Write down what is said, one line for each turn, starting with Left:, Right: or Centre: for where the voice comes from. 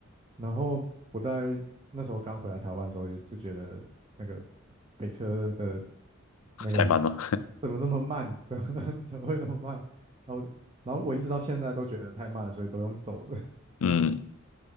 Right: 然后我在那时候刚回来台湾的时候，也就觉得那个北车的那个
Left: 太慢吗？
Right: 怎么那么慢？<laughs> 怎么怎么会那么慢？然后我就然后我一直到现在都觉得太慢了，所以都用走的，
Left: 嗯，